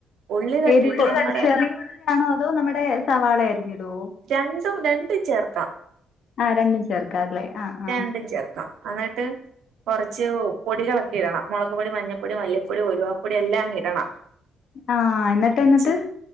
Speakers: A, on the right; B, on the left.
A: ഉള്ളി തട്ടിയിട്ട്
B: ഏത്
A: നമ്മടെ
B: ചെറിയുള്ളിയാണോ അതോ നമ്മടെ സവാളെ അരിഞ്ഞിടോ
A: രണ്ടും രണ്ടും ചേർക്കാം
B: ആഹ് രണ്ടും ചേർ ആക്കാറല്ലേ ആഹ് ആഹ്
A: രണ്ടും ചേർക്കാം എന്നിട്ട് കുറച്ച് പൊടികളൊക്കെ ഇടണം മുളക് പൊടി മഞ്ഞൾപ്പൊടി മല്ലിപ്പൊടി ഉലുവാപ്പൊടി എല്ലാം അങ്ങ് ഇടണം
B: ആഹ് എന്നിട്ട് എന്നിട്ട്
A: ചി